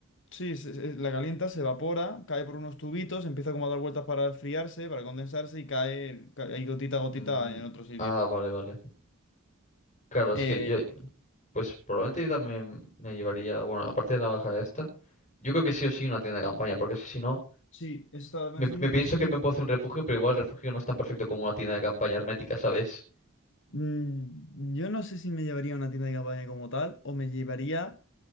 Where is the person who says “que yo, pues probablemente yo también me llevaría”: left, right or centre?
Left